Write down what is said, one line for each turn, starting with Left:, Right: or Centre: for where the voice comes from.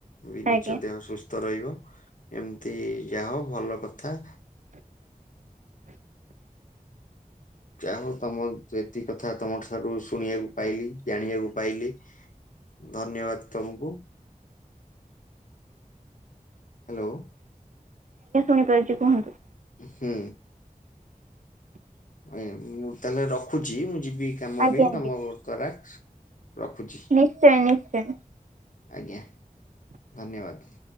Left: ବି ନିଜ
Right: ଆଜ୍ଞା
Left: ଦେହ ସୁ ସ୍ଥ ରହିବ ଏମିତି ଯା ହଉ ଭଲ କଥା ଜା ହଉ ତମ ଏତିକ କଥା ତମ ଠାରୁ ଶୁଣିବାକୁ ପାଇଲି ଜାଣିବାକୁ ପାଇଲି। ଧନ୍ୟବାଦ ତମକୁ ହାଲୋ।
Right: ଆଜ୍ଞା ଶୁଣିପାରୁଛି କୁହନ୍ତୁ।
Left: ହୁଁ। ଆଜ୍ଞା ମୁଁ ତାହେଲେ ରଖୁଛି ମୁଁ ଯିବି କାମ
Right: ଆଜ୍ଞା
Left: ପାଇଁ
Right: ଆଜ୍ଞା
Left: ତମ <unintelligible> ରଖୁଛି।
Right: ନିଶ୍ଚୟ ନିଶ୍ଚୟ।
Left: ଆଜ୍ଞା ଧନ୍ୟବାଦ।